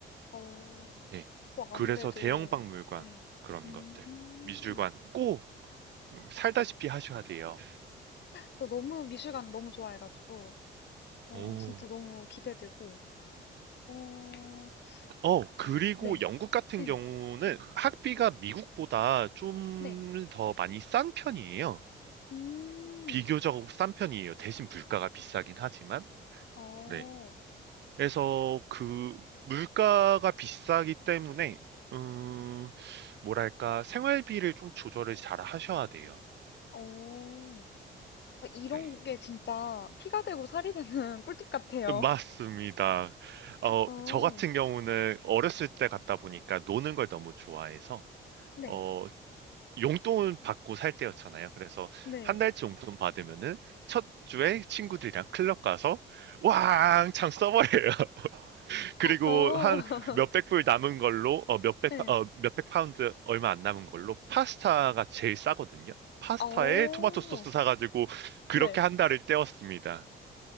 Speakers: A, on the left; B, on the right.
A: 어,
B: 네.
A: 또 아무래도,
B: 그래서 대형박물관
A: 네.
B: 그런
A: 음,
B: 것들 미술관 꼭 살다시피 하셔야 돼요.
A: 저 너무 미술관 너무 좋아해가지고, 어,
B: 오.
A: 진짜 너무 기대되고, 어,
B: 어,
A: 아,
B: 그리고
A: 네.
B: 영국 같은
A: 네.
B: 경우는 학비가
A: 네.
B: 미국보다 좀
A: 네.
B: 더 많이 싼 편이에요.
A: 음,
B: 비교적 싼 편이에요. 대신 물가가 비싸긴 하지만.
A: 어.
B: 네. 그래서 그 물가가 비싸기 때문에 음, 뭐랄까 생활비를 좀 조절을 잘 하셔야 돼요.
A: 어. 아 이런
B: 네.
A: 게 진짜 피가 되고 살이 되는 <laughs> 꿀팁 같아요.
B: 맞습니다. 어,
A: 어.
B: 저 같은 경우는 어렸을 때 갔다 보니까 노는 걸 너무 좋아해서
A: 네.
B: 어, 용돈 받고 살 때였잖아요. 그래서
A: 네.
B: 한 달치 용돈 받으면은 첫 주에 친구들이랑 클럽 가서 왕창 써버려요. <laughs> 그리고
A: 어.
B: 한
A: <laughs>
B: 몇백 불 남은 걸로 어, 몇백
A: 네.
B: 파- 어, 몇백 파운드 얼마 안 남은 걸로 파스타가 제일 싸거든요. 파스타에
A: 어.
B: 토마토 소스 사가지고 그렇게
A: 네.
B: 한 달을 때웠습니다.